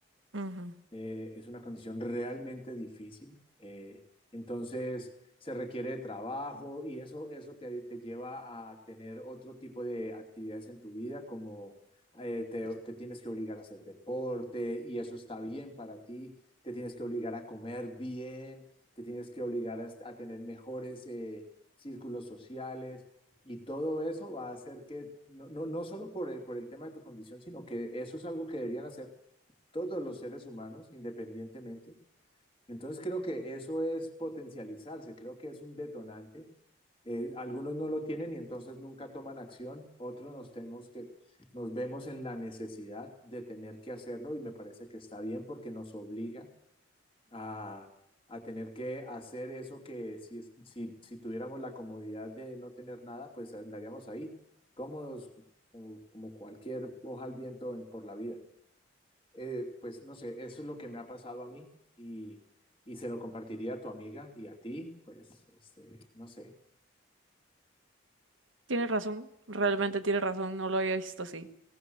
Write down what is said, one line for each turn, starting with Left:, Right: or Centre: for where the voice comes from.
Right: Ujú.
Left: eh, es una condición realmente difícil. eh, entonces, se requiere de trabajo y eso, eso te, te lleva a tener otro tipo de actividades en tu vida, como eh, te, te tienes que obligar a hacer deporte y eso está bien para ti, te tienes que obligar a comer bien, te tienes que obligar a, est- a tener mejores eh, círculos sociales. Y todo eso va a hacer que, no, no, no solo por el, por el tema de tu condición, sino que eso es algo que deberían hacer todos los seres humanos independientemente. Entonces creo que eso es potencializarse, creo que es un detonante. Eh, algunos no lo tienen y entonces nunca toman acción, otros nos, tenemos que, nos vemos en la necesidad de tener que hacerlo y me parece que está bien porque nos obliga a, a tener que hacer eso que si, si, si tuviéramos la comodidad de no tener nada, pues andaríamos ahí, cómodos como, como cualquier hoja al viento en- por la vida eh, pues no sé, eso es lo que me ha pasado a mí y, y se lo compartiría a tu amiga y a ti, pues, este, no sé,
Right: Tienes razón, realmente tiene razón, no lo había visto así.